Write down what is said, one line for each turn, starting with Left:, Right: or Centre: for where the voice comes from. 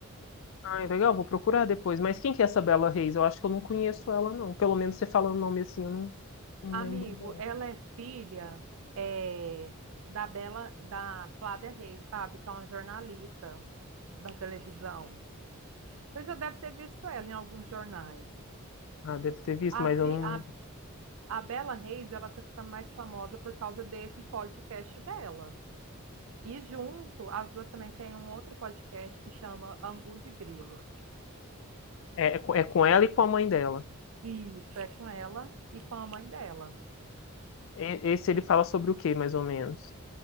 Left: Ai, legal, vou procurar depois. Mas quem que é essa Bela Reis? Eu acho que eu não conheço ela, não. Pelo menos você falando o nome assim, eu não, não
Right: Amigo,
Left: lembro dela.
Right: ela é filha é, da Bela, da Flávia Reis, sabe? Que é uma jornalista da televisão. Você já deve ter visto ela em alguns jornais.
Left: Ah, deve ter visto,
Right: A,
Left: mas eu
Right: fi,
Left: não.
Right: a, a Bela Reis, ela tá ficando mais famosa por causa desse podcast dela. E junto, as duas também têm um outro podcast que chama Angu de Grilo.
Left: É, é, co- é com ela e com a mãe dela.
Right: E Isso, é com ela e com a mãe dela.
Left: E- Esse ele fala sobre o quê, mais ou menos?